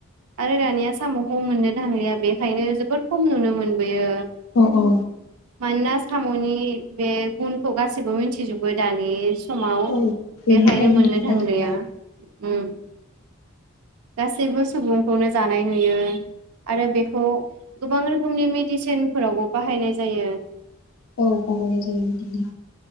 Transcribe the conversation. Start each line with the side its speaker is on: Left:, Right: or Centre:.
Right: आरो दानिया सामखौ मोननो थांलिया बेखायनो जोबोर खम नुनो मोनबोयो
Left: अ औ
Right: मानोना सामनि बे गुनखौ गासैबो मिथिजोबो दानि समाव
Left: औ बेनिखायनो
Right: बेखायनो मोननो थांलिया
Left: थांला
Right: उम गासैबो सुबुंखौनो जानाय नुयो आरो बेखौ गोबां रोखोमनि मेडिसिनफोरावबो बाहायनाय जायो
Left: औ बाहायनाय जायो